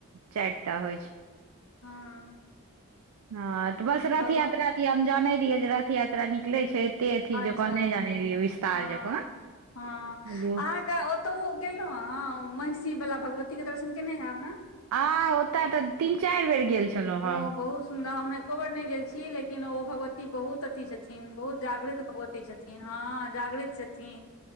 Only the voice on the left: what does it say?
हँ
भगवान
अच्छा
हँ
हँ
अहाँके ओतहु गेलहुँ हँ महिषी बला भगवतीके दर्शन केने होयब ने
ओ
बहुत सुन्दर हम एको बेर नहि गेल छी लेकिन ओ भगवती बहुत अथी छथिन बहुत जागृत भगवती छथिन हँ जागृत छथिन